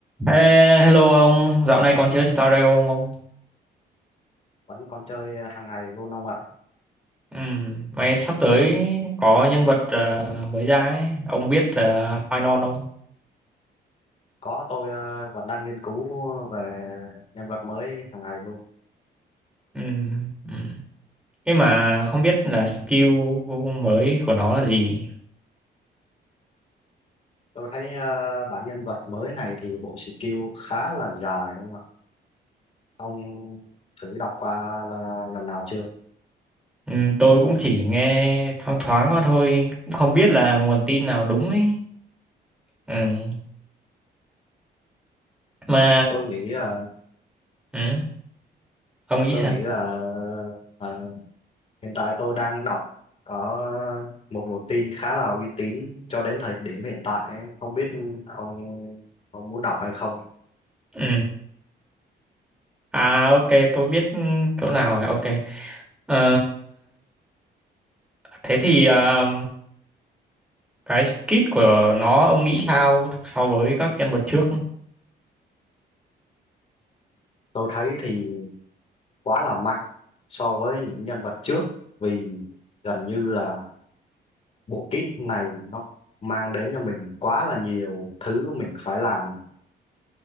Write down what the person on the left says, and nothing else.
vẫn còn chơi hàng ngày luôn ông ạ
có tôi ờ, vẫn đang nghiên cứu về nhân vật mới hàng ngày luôn
tôi thấy ờ, bản nhân vật mới này thì bộ skill khá là dài không ạ ông thử đọc qua là lần nào chưa
tôi nghĩ là
tôi
nghĩ là ờ, hiện tại tôi đang đọc ở một nguồn tin khá là uy tín cho đến thời điểm hiện tại không biết ông ông muốn đọc hay không
tôi thấy thì quá là mạnh so với những nhân vật trước vì gần như là bộ kit này nó mang đến cho mình quá là nhiều thứ mình phải làm